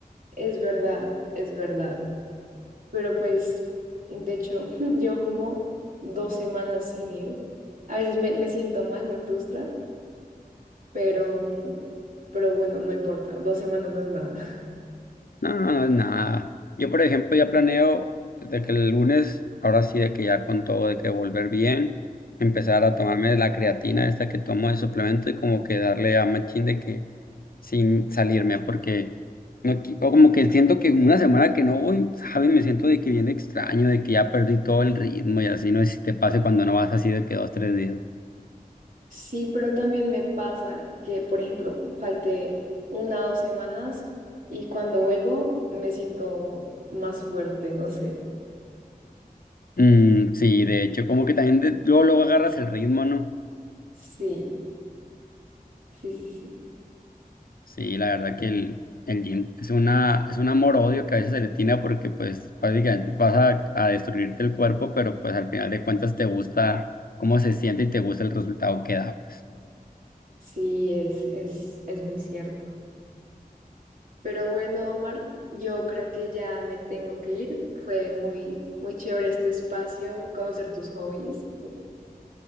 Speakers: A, on the right (about 60°); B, on the left (about 70°).
A: es verdad, es verdad. Pero pues, de hecho, <laughs> llevo como dos semanas sin ir. A veces me, me siento mal, me frustra, pero, mm, pero bueno, no importa. Dos semanas no es nada. <laughs>
B: No, no no, nada. Yo, por ejemplo, ya planeo de que el lunes, ahora sí, de que ya con todo, de que volver bien, empezar a tomarme la creatina esta que tomo de suplemento y como que darle a machín de que sin salirme, porque no, qui- o como que siento que una semana que no voy, ¿sabes? Me siento de que viene extraño, de que ya perdí todo el ritmo y así, no sé si te pase cuando no vas así de que dos, tres días.
A: Sí, pero también me pasa que, por ejemplo, falté una o dos semanas y cuando vuelvo me siento más fuerte, no sé.
B: Mm, sí, de hecho, como que también de- luego, luego agarras el ritmo, ¿no?
A: Sí, sí, sí, sí.
B: Sí, la verdad que el, el gym es una, es un amor-odio que a veces se le tiene porque pues prácticamente vas a, a destruirte el cuerpo, pero pues al final de cuentas te gusta cómo se siente y te gusta el resultado que da, pues.
A: Sí, es, es, es muy cierto. Pero bueno, Omar, yo creo que ya me tengo que ir. Fue muy, muy chévere este espacio, conocer tus hobbies.